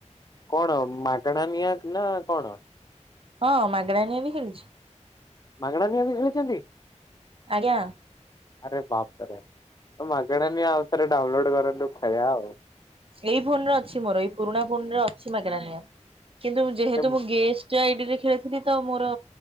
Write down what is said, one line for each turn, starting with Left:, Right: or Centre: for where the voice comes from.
Left: କଣ ମାଗଣା ନିଆ ନା କଣ?
Right: ହଁ ମାଗେଣାରେ ମୁଁ ବି ଖେଳୁଛି।
Left: ମାଗଣା ନିହାତି ଖେଳିଛନ୍ତି?
Right: ଆଜ୍ଞା।
Left: ଆରେ ବାପ୍ ରେ ମାଗଣା ନିଆଁ ଅଉଥରେ ଡାଉନଲୋଡ କରନ୍ତୁ ଖେଳିଆ ଆଉ
Right: ଏଇ ଫୋନରେ ଅଛି ମୋର, ଏଇ ପୁରୁଣା ଫୋନରେ ଅଛି ମାଗେଣା ନିଆ। କିନ୍ତୁ
Left: କେତେ-
Right: ଯେହେତୁ ମୁଁ ଗେଷ୍ଟ ସେ ଆଇଡିରେ ଖେଳିଥିଲି ତ, ମୋର